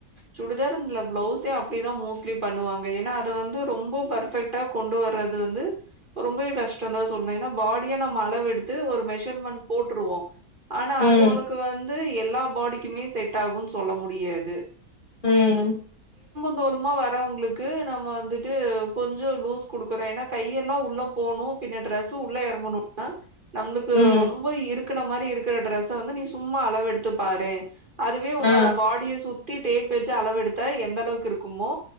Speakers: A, on the right; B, on the left.
A: சுடிதார் இல்ல பிளவுஸே அப்படிதா மோஸ்ட்லி பண்ணுவாங்க ஏன்னா அத வந்து ரொம்ப பர்ஃபெக்ட்டா கொண்டு வர்றது வந்து ரொம்பவே கஷ்டோ தா சொல்ணு ஏன்னா பாடிய நம்ம அளவ எடுத்து ஒரு மெஷர்மெண்டட் போட்ருவோ ஆனா அது
B: ம்
A: உனக்கு வந்து வந்து எல்லா பாடிக்குமே செட் ஆகும்ன்னு சொல்ல முடியாது
B: உம்
A: ந்தோலுமா வரறவங்களுக்கு நம்ம வந்துட்டு கொஞ்சோ லூஸ் குடுக்குறோ ஏன்னா கையெல்லா உள்ள போணு பின்ன ட்ரெஸ்ஸு உள்ள இறங்கணும்னா நம்மளுக்கு
B: ம்
A: ரொம்ப இருக் க்குன மாரி இருக்கிற டிரெஸ் வந்து நீ சும் ம்மா அளவெடுத்து பாரு அதுவே உன்னோட
B: ஆ
A: பாடிய சுத் த்தி டேப் வச்சு அளவேத்தா எந்ளவுக்கு இருக்குமோ